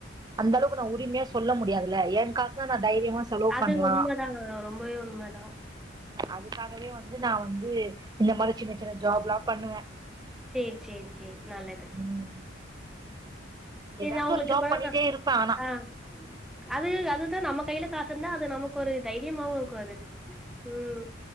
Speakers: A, on the right; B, in the centre.
A: அந்த அளவுக்கு நா உரிமையா சொல்ல முடியாதுல்ல என் காசுன்னா நா தைரியமா செலவு
B: அது
A: பண்லா
B: உண்மதா ஆ ரொம்பவே உண்ம தா
A: அதுக்காகவே வந்து நா வந்து இந்த மாரி சின்ன சின்ன ஜாப்லா பண்ணுவ
B: சேர் சேர் சேர் நல்லது
A: ம்.
B: தெரில
A: ஏதாச்சும்
B: அவுங்களுக்கு
A: ஒரு ஜாப்
B: இப்ப
A: பண்ணிட்டே
B: தா
A: இருப்பேன் ஆனா.
B: ஆ அது அதுதா நம்ம கைல காசு இருந்தா அது நம்ம ஒரு தைரியமாவு இருக்குல அது ம்